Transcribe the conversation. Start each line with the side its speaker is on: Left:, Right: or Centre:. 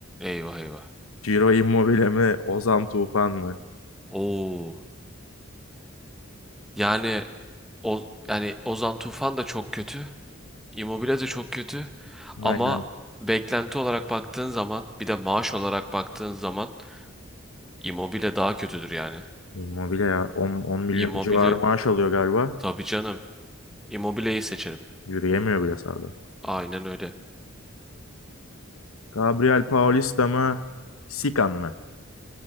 Centre: Eyvah eyvah.
Left: Ciro Immobile mi? Ozan Tufan mı?
Centre: Oo. Yani o yani Ozan Tufan da çok kötü. Immobile de çok kötü. Ama
Left: Aynen.
Centre: beklenti olarak baktığın zaman bir de maaş olarak baktığın zaman Immobile daha kötüdür yani.
Left: Immobile ya. on on milyon
Centre: Immobile
Left: civarı maaş alıyor galiba.
Centre: tabii canım. Immobile'yi seçerim.
Left: Yürüyemiyor bile sahada.
Centre: Aynen öyle.
Left: Gabriel Paulista mı? Sikan mı?